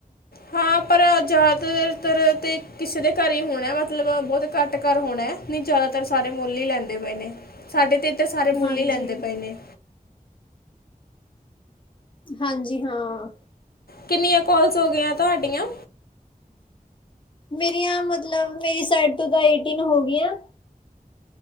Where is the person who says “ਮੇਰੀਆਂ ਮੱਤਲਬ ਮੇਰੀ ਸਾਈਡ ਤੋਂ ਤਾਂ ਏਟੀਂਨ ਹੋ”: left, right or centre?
Left